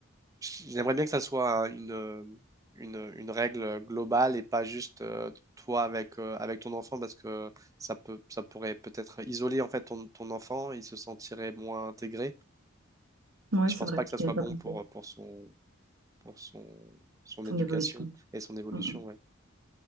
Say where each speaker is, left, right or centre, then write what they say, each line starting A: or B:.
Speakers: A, on the right; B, on the right.
A: J'aimerais bien que ça soit une, une, une règle globale et pas juste euh, toi avec, euh, avec ton enfant parce que ça peut, ça pourrait peut-être isoler en fait ton, ton enfant, il se sentirait moins intégré.
B: Oui,
A: Et je
B: c'est
A: pense
B: vrai,
A: pas que
B: je
A: ça soit
B: n'y avais
A: bon
B: pas pensé.
A: pour, pour son, pour son, son
B: ton
A: éducation
B: évolution.
A: et son évolution.
B: Mm, mm.
A: ouais.